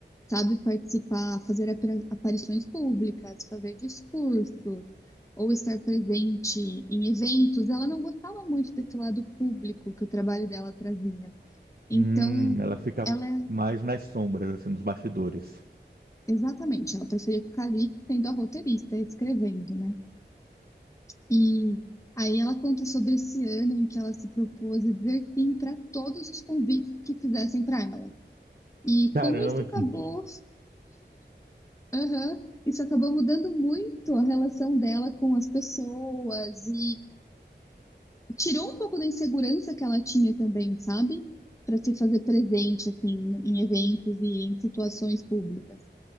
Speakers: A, on the left; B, on the right.
A: sabe, participar, fazer apar- aparições públicas, fazer discursos, ou estar presente em eventos. Ela não gostava muito desse lado público que o trabalho dela trazia. Então,
B: Hum, ela ficava
A: ela
B: mais nas sombras, assim, nos bastidores.
A: Exatamente, ela preferia ficar ali sendo a roteirista, escrevendo, né? E aí ela conta sobre esse ano em que ela se propôs a dizer sim para todos os convites que fizessem para ela. E
B: Caramba,
A: como isso acabou,
B: que...
A: aham, isso acabou mudando muito a relação dela com as pessoas e tirou um pouco da insegurança que ela tinha também, sabe? Para se fazer presente assim em eventos e em situações públicas.